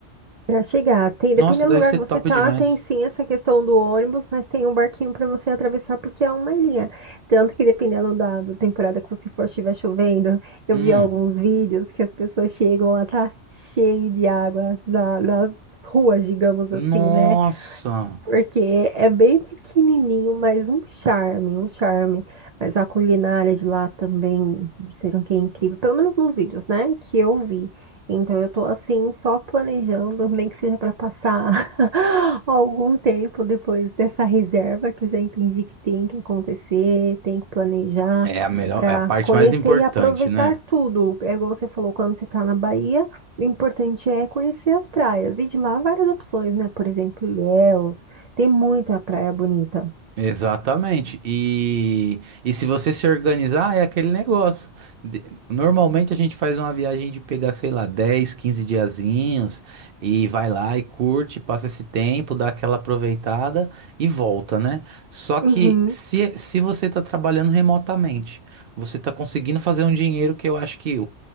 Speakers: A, on the right (about 85°); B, on the right (about 60°).
A: Para chegar, tem,
B: Nossa,
A: dependendo
B: deve
A: do lugar
B: ser
A: que você
B: top
A: tá,
B: demais.
A: tem sim essa questão do ônibus, mas tem um barquinho para você atravessar porque é uma ilha. Tanto que dependendo da, da temporada que você for, estiver chovendo, eu
B: Hum,
A: vi alguns vídeos que as pessoas chegam lá, tá cheio de água na- nas ruas, digamos
B: nossa.
A: assim, né? Porque é bem pequenininho, mas um charme, um charme. Mas a culinária de lá também disseram que é incrível, pelo menos nos vídeos, né, que eu vi. Então eu tô assim só planejando, nem que seja para passar <laughs> algum tempo depois dessa reserva que eu já entendi que tem que acontecer, tem que planejar
B: É a melhor,
A: para
B: é a parte
A: conhecer
B: mais importante,
A: e aproveitar
B: né?
A: tudo. É igual você falou, quando você tá na Bahia, o importante é conhecer as praias. E de lá várias opções, né? Por exemplo, Ilhéus, tem muita praia bonita.
B: Exatamente. E, e se você se organizar, é aquele negócio. De- normalmente a gente faz uma viagem de pegar, sei lá, 10, 15 diazinhos e vai lá e curte, passa esse tempo, dá aquela aproveitada e volta, né? Só que
A: Uhum.
B: se, se você está trabalhando remotamente, você está conseguindo fazer um dinheiro que eu acho que